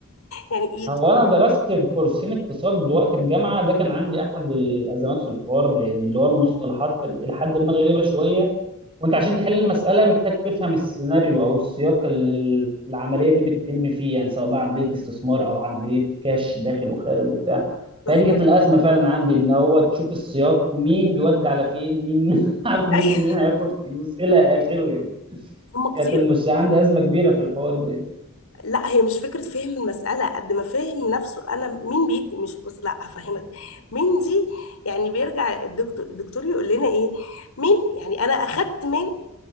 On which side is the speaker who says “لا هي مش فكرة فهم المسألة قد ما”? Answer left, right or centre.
Left